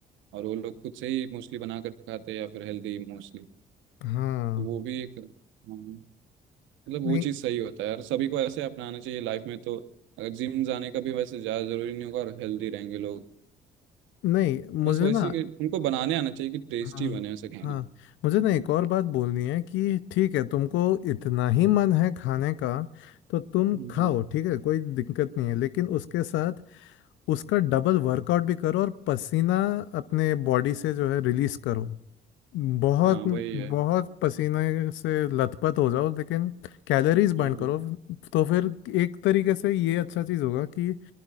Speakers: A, on the right; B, on the left.
A: और वो लोग खुद से ही मोस्टली बना कर खाते हैं या फिर हेल्दी मोस्टली
B: हाँ
A: तो वो भी एक हाँ मतलब वो
B: नहीं
A: चीज़ सही होता है यार सभी को ऐसे अपनाना चाहिए लाइफ में तो अगर जिम जाने का भी वैसे ज़्यादा ज़रूरी नहीं होगा और हेल्दी रहेंगे लोग
B: नहीं मुझे
A: बस वैसे
B: ना
A: कि उनको बनाने आना चाहिए कि टेस्टी
B: हाँ
A: बने ऐसे खाना
B: हाँ मुझे ना एक
A: हाँ
B: और बात बोलनी है कि ठीक है तुमको इतना ही मन है खाने का तो तुम
A: हम्म,
B: खाओ
A: हम्म।
B: ठीक है कोई दिक्कत नहीं है लेकिन उसके साथ उसका डबल वर्कआउट भी करो और पसीना अपने बॉडी से जो है रिलीज करो बहुत
A: हाँ, वही
B: बहुत
A: है
B: पसीने से लथपथ हो जाओ लेकिन कैलोरीज
A: हाँ
B: बर्न
A: हाँ
B: करो तो फिर एक तरीके से ये अच्छा चीज़ होगा कि